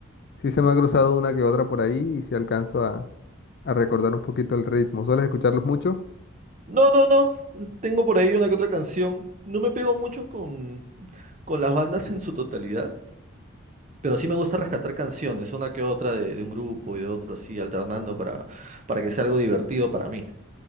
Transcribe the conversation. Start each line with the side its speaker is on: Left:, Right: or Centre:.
Left: sí se me ha cruzado una que otra por ahí y sí alcanzo a, a recordar un poquito el ritmo. ¿Sueles escucharlos mucho?
Right: No, no, no. Tengo por ahí una que otra canción. No me pego mucho con, con las bandas en su totalidad. Pero sí me gusta rescatar canciones, una que otra de, de un grupo y de otro, así, alternando para, para que sea algo divertido para mí.